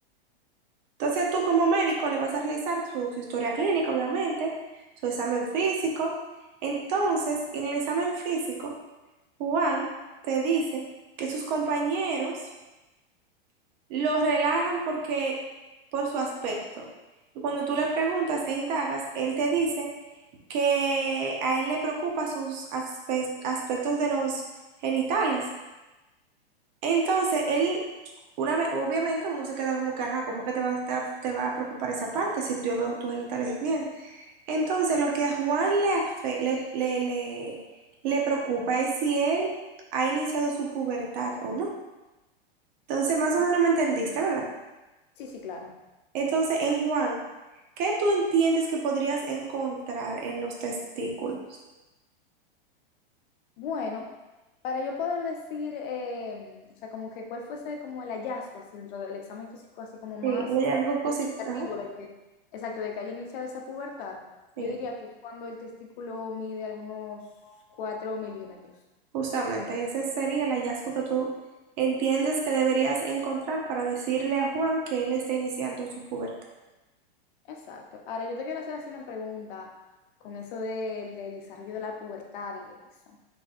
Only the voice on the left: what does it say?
Ok.
Ok.
Sí, sí, claro.
Bueno, para yo poder decir, eh, o sea, como que cuál fuese como el hallazgo así dentro del examen físico, así como más
indicativo
de que, exacto, de que haya iniciado esa pubertad,
yo diría que es cuando el testículo mide algunos 4 milímetros.
Exacto. Ahora yo te quiero hacer así una pregunta con eso del del desarrollo de la pubertad y eso.